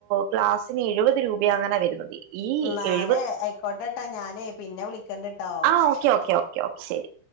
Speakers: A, on the right; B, on the left.
A: ഗ്ലാസിന് എഴുപത് രൂപ അങ്ങനാ വരുന്നത്. ഈ
B: എന്നാലേ
A: എഴുപത്
B: ആയിക്കോട്ടെട്ടാ ഞാനേ പിന്നെ വിളിക്കണ്ട്ട്ടോ.
A: ആ ഓക്കെ ഓക്കെ ഓക്കെ ഓ ശരി.